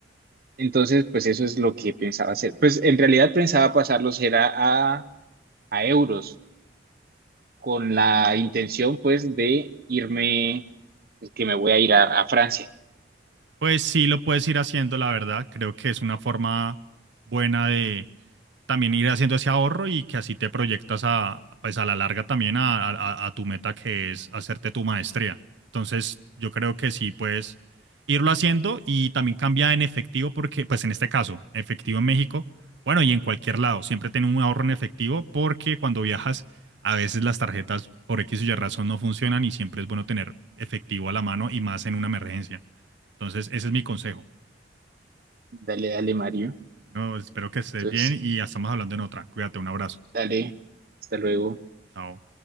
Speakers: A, on the right (about 50°); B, on the right (about 75°).
A: Entonces, pues eso es lo que pensaba hacer. Pues en realidad pensaba pasarlos era a, a euros, con la intención pues de irme, pues, que me voy a ir a, a Francia.
B: Pues sí lo puedes ir haciendo, la verdad. Creo que es una forma buena también ir haciendo ese ahorro y que así te proyectas a, pues a la larga también a, a- a tu meta que es hacerte tu maestría. Entonces, yo creo que sí puedes irlo haciendo y también cambia en efectivo porque, pues en este caso, efectivo en México, bueno, y en cualquier lado, siempre ten un ahorro en efectivo porque cuando viajas, a veces las tarjetas por X o Y razón no funcionan y siempre es bueno tener efectivo a la mano y más en una emergencia. Entonces, ese es mi consejo.
A: Dale, dale, Mario.
B: Bueno, espero que estés
A: Entonces,
B: bien y ya estamos hablando en otra. Cuídate, un abrazo.
A: dale, hasta luego.
B: Chao.